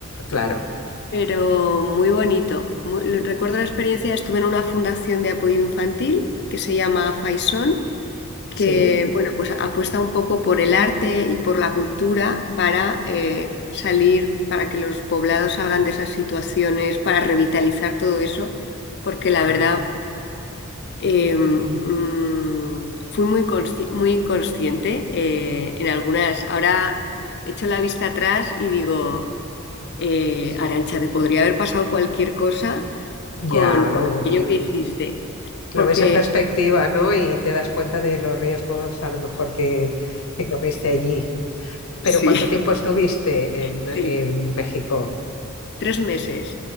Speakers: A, on the left; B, on the left.
A: claro.
B: Pero muy bonito. Muy- lo- recuerdo la experiencia, estuve en una fundación de apoyo infantil que se llama Faisón, que
A: Sí,
B: bueno, pues apuesta un poco por el arte y por la cultura para eh, salir, para que los poblados salgan de esas situaciones, para revitalizar todo eso, porque la
A: ah,
B: verdad eh, mm,
A: Ujú.
B: fui muy, consci- muy inconsciente eh, en algunas. Ahora echo la vista atrás y digo eh,
A: sí.
B: Arantxa, te podría haber pasado cualquier cosa con,
A: Ya
B: con
A: lo,
B: aquello que hiciste.
A: lo
B: Porque,
A: ves en perspectiva, ¿no? Y te das cuenta de los riesgos a lo mejor que, que corriste allí. Pero
B: sí,
A: ¿cuánto tiempo estuviste
B: <laughs>
A: en, en
B: sí,
A: México?
B: tres meses.